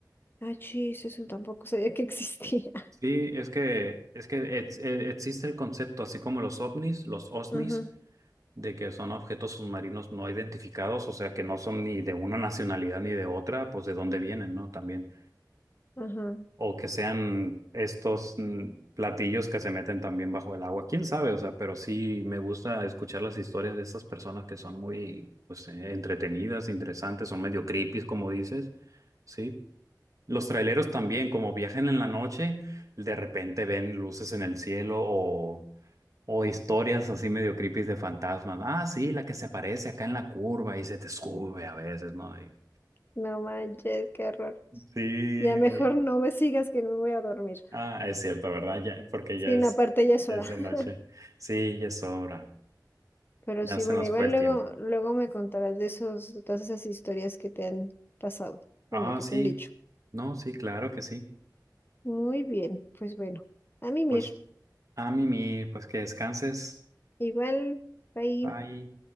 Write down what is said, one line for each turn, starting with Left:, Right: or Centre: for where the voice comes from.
Left: Ah, chis, eso tampoco sabía que existía.
Right: Sí, es que, es que ex- eh, existe el concepto, así como los OVNIs, los OSNIs,
Left: <laughs> Ajá,
Right: de que son objetos submarinos no identificados, o sea, que no son ni de una nacionalidad ni de otra, pues de dónde vienen, ¿no? También.
Left: ajá.
Right: o que sean estos mm, platillos que se meten también bajo el agua. ¿Quién sabe? O sea, pero sí me gusta escuchar las historias de estas personas que son muy, pues, eh, entretenidas, interesantes, son medio creepy, como dices, ¿sí? Los traileros también, como viajan en la noche, de repente ven luces en el cielo o, o historias así medio creepy de fantasmas. Ah, sí, la que se aparece acá en la curva y se te sube a veces, ¿no? Y-
Left: No manches, qué horror.
Right: Sí,
Left: Ya mejor no me sigas que no me voy a dormir.
Right: Ah, es cierto, ¿verdad? Ya, porque
Left: Sí,
Right: ya es,
Left: no, aparte ya es
Right: ya
Left: hora.
Right: es de
Left: <laughs>
Right: noche. Sí, ya es hora.
Left: Pero
Right: Ya
Left: sí,
Right: se
Left: bueno,
Right: nos
Left: igual
Right: fue el
Left: luego,
Right: tiempo.
Left: luego me contarás de esos, de todas esas historias que te han pasado. Bueno,
Right: Ah,
Left: que
Right: sí.
Left: te han dicho.
Right: No, sí, claro que sí.
Left: Muy bien, pues bueno, a mimir.
Right: Pues a mimir, pues que descanses.
Left: Igual, bye.
Right: Bye.